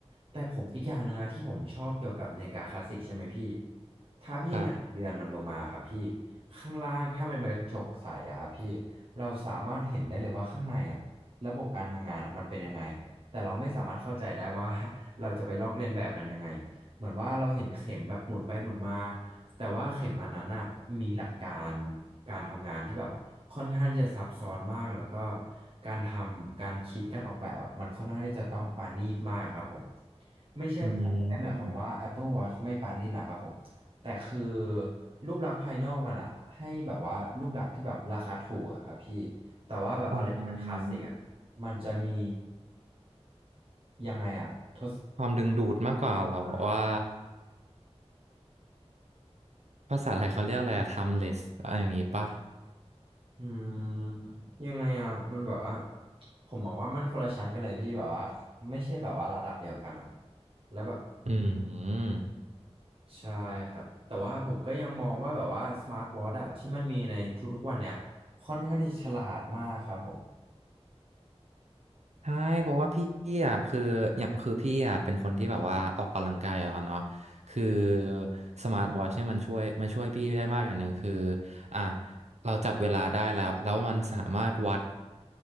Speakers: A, on the right (about 55°); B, on the right (about 80°).
A: แต่ผมอีกอย่างหนึ่งอะที่ผมชอบเกี่ยวกับนาฬิกาคลาสสิกใช่ไหมพี่ถ้าพี่หงายเรือนมันลงมาครับพี่
B: ครับ
A: ข้างล่างถ้ามันเป็นกระจกใสอะครับพี่เราสามารถเห็นได้เลยว่าข้างในอะระบบการทำงานอะมันเป็นยังไงแต่เราไม่สามารถเข้าใจได้ว่า <laughs> เราจะไปลอกเลียนแบบมันยังไงเหมือนว่าเราเห็นเข็มแบบหมุนไปหมุนมาแต่ว่าเข็มอันนั้นอะมีหลักการการทำงานที่แบบว่าค่อนข้างที่จะซับซ้อนมากแล้วก็การทำการคิดการออกแบบอะมันค่อนข้างที่จะต้องปาณีตมากครับผม ไม่ใช่ผมไม่ได้หมายความว่า
B: อืม
A: Apple Watch ไม่ปานนี่นะครับผมแต่คือรูปลักษณ์ภายนอกมันอะให้แบบว่ารูปลักษณ์ที่แบบราคาถูกอะครับพี่แต่ว่าแบบอะไรที่มันคลาสสิกอะ
B: อ๋อ
A: มันจะมียังไงอะทศ
B: ความดึงดูดมากกว่าเหรอว่า
A: อ่ะ
B: ภาษาไทยเขาเรียกอะไรอะ timeless อะไรอย่างงี้ปะ
A: อืมยังไงอะมันแบบว่าผมมองว่ามันคนละชั้นกันเลยพี่แบบว่าไม่ใช่แบบว่าระดับเดียวกันอะแล้วแบบ
B: อืม
A: ใช่ครับแต่ว่าผมก็ยังมองว่าแบบว่าสมาร์ทวอทช์อะที่มันมีในทุกๆวันเนี่ยค่อนข้างที่ฉลาดมากครับผม
B: ใช่เพราะว่าพี่อ่ะคืออย่างคือพี่อ่ะเป็นคนที่แบบว่าออกกำลังกายอยู่แล้วเนาะคือสมาร์ทวอทช์เนี่ยมันช่วยมันช่วยพี่ได้มากอย่างหนึ่งคืออ่ะเราจับเวลาได้แล้วแล้วมันสามารถวัด